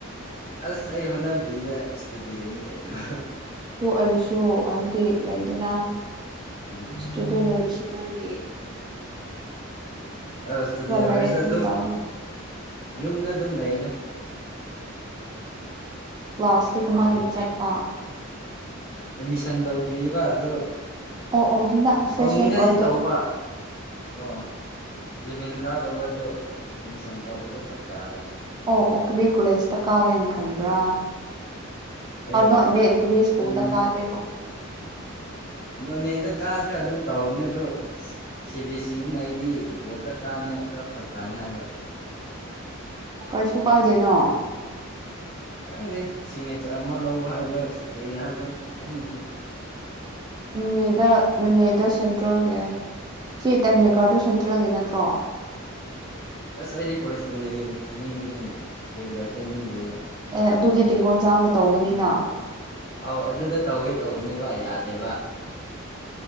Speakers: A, on the left; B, on the right.
A: ꯑꯁ ꯑꯩ ꯍꯣꯠꯅꯗ꯭ꯔꯤꯅꯦ ꯏꯁꯇꯨꯗꯦꯅꯤ ꯀꯩꯅꯣ
B: ꯇꯣꯛ ꯑꯣꯏꯔꯁꯨ ꯍꯥꯏꯕꯗꯤ ꯂꯩꯗꯅ
A: ꯎꯝ
B: ꯑꯁꯗꯦ ꯅꯣꯔꯤꯁ ꯅꯪꯦ
A: ꯑꯁ ꯑꯗꯨꯗꯤ
B: ꯂꯩ
A: ꯍꯥꯏꯁꯨ
B: ꯑꯗꯨ
A: ꯑꯗꯨꯝ
B: ꯇꯧꯔꯒ
A: ꯌꯨꯝꯗ ꯑꯗꯨꯝ ꯂꯩꯅꯦ
B: ꯀ꯭ꯂ꯭ꯂꯥꯁꯇꯤꯛ ꯑꯃꯥꯏꯅ ꯆꯠꯄ
A: ꯑꯦꯠꯃꯤꯁꯟ ꯇꯧꯗ꯭ꯔꯤꯑꯕ ꯑꯣ
B: ꯑꯣ ꯑꯣ ꯍꯟꯗꯛ ꯐ꯭ꯔꯦꯁꯔ
A: ꯇꯧꯅꯤꯡꯉꯥꯏꯗꯤ
B: ꯑꯣꯏꯗꯣꯏ
A: ꯇꯧꯕ ꯑꯣ ꯏꯂꯚꯦꯟ ꯀꯥꯗꯕ ꯑꯗꯣ ꯑꯦꯠꯃꯤꯁꯟ ꯇꯧꯕꯗ ꯐꯛ ꯇꯥꯕ
B: ꯑꯣ ꯑꯣ ꯀꯔꯤ ꯀꯣꯂꯦꯖꯇ ꯀꯥꯒꯦꯅ ꯈꯟꯕ꯭ꯔꯥ
A: ꯑꯩꯔꯣ
B: ꯅ ꯃꯦꯛꯇ ꯁꯀꯨꯜ
A: ꯎꯝ
B: ꯇꯒ
A: ꯅꯣꯅꯦꯗ ꯀꯥꯁꯨ ꯑꯗꯨꯝ ꯇꯧꯔꯅꯦ ꯑꯗꯣ ꯁꯤ ꯕꯤꯁ ꯁꯤꯅ ꯑꯩꯗꯤ ꯕꯣꯔꯠꯇ ꯀꯥꯅꯤ ꯈꯔ ꯐꯔꯛ ꯇꯥꯅꯤ ꯍꯥꯏꯕ
B: ꯀꯩꯁꯨ ꯄꯥꯏꯗꯅꯣ
A: ꯀꯪꯗꯦ ꯁꯤꯒꯅꯦꯆꯔ ꯑꯃ ꯂꯧ ꯍꯥꯏꯕ꯭ꯔꯥ ꯀꯔꯤ ꯍꯥꯏꯕꯥ ꯄꯨꯛ ꯈꯪꯗꯅꯤ
B: ꯅꯦꯗ ꯅ ꯅꯗ ꯁꯦꯟꯇ꯭ꯔꯦꯜꯒ ꯆ
A: ꯎꯝ
B: ꯇꯥꯟꯃꯦ ꯀꯥ ꯁꯟ ꯍꯇ꯭ꯔꯦꯜꯒꯤ ꯅꯠꯇ꯭ꯔꯣ
A: ꯑꯁ ꯑꯩꯗꯤ ꯀꯣꯔꯦꯁꯄꯣꯟꯗꯦꯟꯒꯤ ꯊꯝꯅꯤꯡꯕꯅꯤꯅꯦ ꯔꯤꯒꯨꯂꯔ ꯆꯠꯅꯤꯡꯗꯦꯕ
B: ꯑꯦ ꯑꯗꯨꯗꯤ ꯇꯦꯡꯀꯣꯟꯖꯥꯡꯅ ꯇꯧꯕꯅꯤꯅ
A: ꯑꯧ ꯑꯗꯨꯗ ꯇꯧꯒꯦ ꯇꯧꯦ ꯅꯕ ꯌꯥꯗꯕ